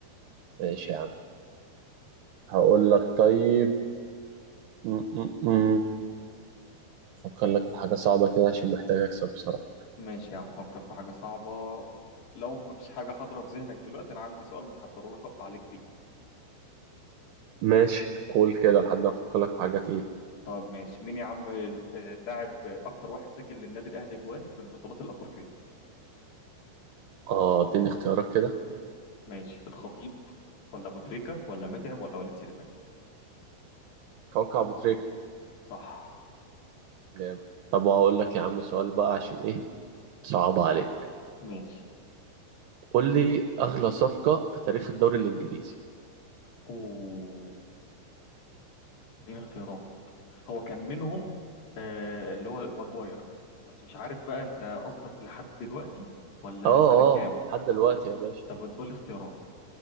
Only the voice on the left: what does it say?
ماشي يا عم فكر في حاجة صعبة لو مفيش حاجة حاضرة في ذهنك دلوقتي أنا عندي سؤال محضره لك أقطع عليك بيه
طب ماشي مين يا عم ال- اللاعب أكتر واحد سجل للنادي الأهلي جوان في البطولات الأفريقية
ماشي الخطيب ولا أبو تريكة ولا متعب ولا وليد سليمان
صح
ماشي
أوه اديني اختيارات هو كان منهم آه اللي هو ماجواير بس مش عارف بقى أنت قصدك لحد دلوقتي ولا
سنة كام
طب بتقول لي اختيارات